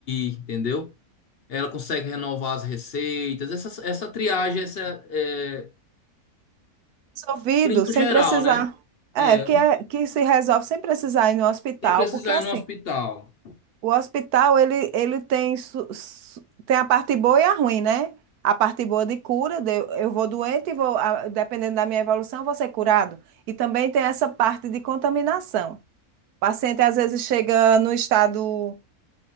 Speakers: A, on the left (about 50°); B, on the right (about 85°).
A: ir, entendeu? ela consegue renovar as receitas, essa, essa triagem, essa é,
B: resolvido
A: clínico
B: sem
A: geral,
B: precisar.
A: né?
B: É,
A: É,
B: que, é, que se resolve sem precisar ir no hospital,
A: sem precisar
B: porque assim,
A: ir no hospital.
B: O hospital, ele, ele tem, su- su- tem a parte boa e a ruim, né? A parte boa de cura, de- eu vou doente e vou, a- dependendo da minha evolução, eu vou ser curado. E também tem essa parte de contaminação. O paciente às vezes chega no estado,